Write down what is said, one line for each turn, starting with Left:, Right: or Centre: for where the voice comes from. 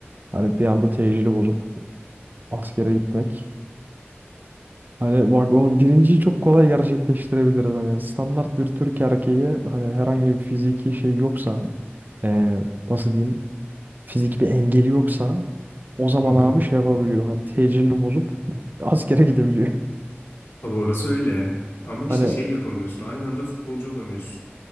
Right: Hani bir anda tecili bozup askere gitmek Hani bak o birinciyi çok kolay gerçekleştirebiliriz. Hani standart bir Türk erkeği hani herhangi bir fiziki şey yoksa eee, nasıl diyeyim fiziki bir engeli yoksa o zaman
Left: Hı hı.
Right: abi şey yapabiliyor. Hani tecilini bozup askere gidebiliyor. <laughs>
Left: Tabii orası öyle. Ama işte
Right: Hani
Left: şey yapamıyorsun. Aynı anda futbolcu olamıyorsun.